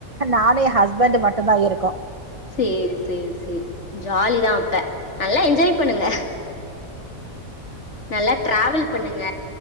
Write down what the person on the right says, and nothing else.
நானு எ ஹஸ்பண்டு மட்டுந்தா இருக்கோ